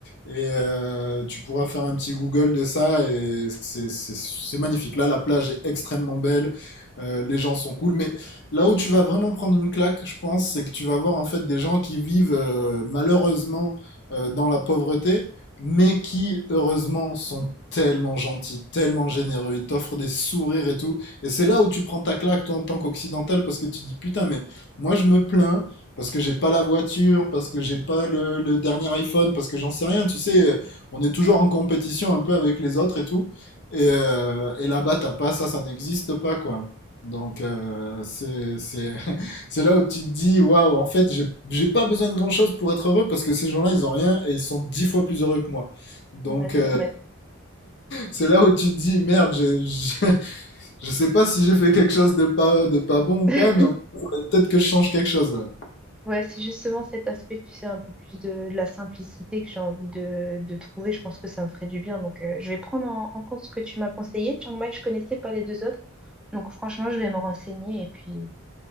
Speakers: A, on the left; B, in the centre.
A: Et euh, tu pourras faire un petit Google de ça et c'est c'est- c'est magnifique. Là, la plage est extrêmement belle, euh, les gens sont cool. Mais là où tu vas vraiment prendre une claque, je pense, c'est que tu vas voir en fait des gens qui vivent euh, malheureusement euh, dans la pauvreté, mais qui heureusement sont tellement gentils, tellement généreux. Ils t'offrent des sourires et tout. Et c'est là où tu prends ta claque, toi, en tant qu'occidental, parce que tu dis putain, mais moi, je me plains parce que j'ai pas la voiture, parce que j'ai pas le, le dernier iPhone, parce que j'en sais rien. Tu sais, euh, on est toujours en compétition un peu avec les autres et tout. Et, euh, et là-bas, t'as pas ça, ça n'existe pas, quoi. Donc, euh, c'est, c'est, <laughs> c'est là où tu te dis, waouh, en fait, j'ai, j'ai pas besoin de grand-chose pour être heureux parce que ces gens-là, ils ont rien et ils sont dix fois plus heureux que moi. Donc,
B: Ouais,
A: euh,
B: c'est vrai.
A: c'est là où tu te dis, merde, j'ai- j'ai- <laughs> je, sais pas si j'ai fait quelque chose de pas, de pas bon ou
B: <laughs>
A: pas, mais en tout cas, faudrait peut-être que je change quelque chose. ouais.
B: Ouais, c'est justement cet aspect, tu sais, un peu plus de, de la simplicité que j'ai envie de, de trouver. Je pense que ça me ferait du bien. Donc, euh, je vais prendre en, en compte ce que tu m'as conseillé. Chiang Mai, je connaissais pas les deux autres. Donc, franchement, je vais me renseigner et puis,